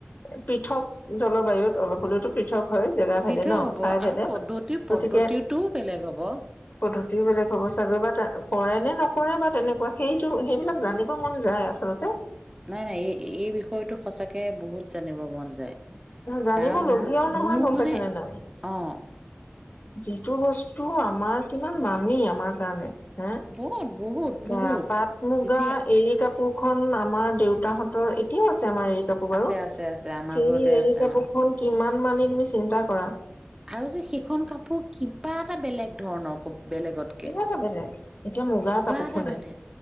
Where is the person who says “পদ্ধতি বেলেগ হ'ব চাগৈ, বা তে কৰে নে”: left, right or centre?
Left